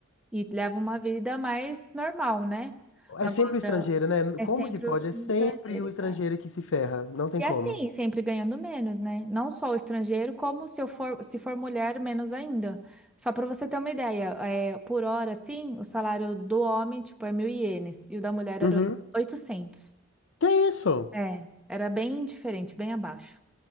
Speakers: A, in the centre; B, on the left.
A: e leva uma vida mais normal, né? Agora
B: É sempre o estrangeiro, né?
A: é
B: Como
A: sempre
B: que pode?
A: os os
B: É sempre
A: estrangeiros,
B: o estrangeiro
A: é.
B: que se ferra. Não tem
A: E
B: como.
A: assim, sempre ganhando menos, né? Não só o estrangeiro, como se eu for, se for mulher, menos ainda. Só para você ter uma ideia, é, por hora, assim, o salário do homem, tipo, é mil ienes, e o da mulher
B: Uhum.
A: era oito- 800.
B: Que isso?
A: É, era bem diferente, bem abaixo.